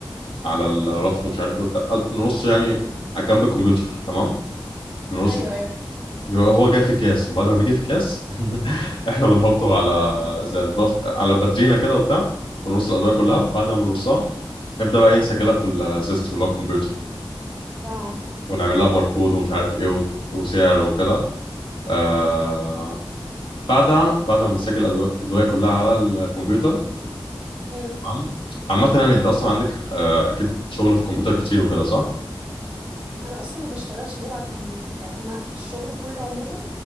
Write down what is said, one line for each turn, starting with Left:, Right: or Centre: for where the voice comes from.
Left: على الرف ومش عارف ايه وبتاع آه، نرصه يعني على جنب الكمبيوتر تمام نرصه
Right: ايوه ايوه
Left: بيبقى هو جاي في الكاس وبعد ما بيجي في الكاس <laughs> احنا بنحطه على
Right: يا لهوي
Left: زي الضف... على باترينا كده وبتاع ونرص الادويه كلها وبعد ما بنرصها نبدا بقى ايه نسجلها في السيستم اللي هو الكمبيوتر
Right: اه
Left: ونعمل لها باركود ومش عارف ايه و- وسعر وكده آه... بعدها بعد ما بنسجل الأدو- الادويه كلها على الكمبيوتر
Right: امم
Left: تمام عامة يعني انت اصلا عندك آه، اكيد شغل في الكمبيوتر كتير وكده صح؟
Right: انا اصلا ما بشتغلش غير على الكمبيوتر يعني انا الشغل كله عموما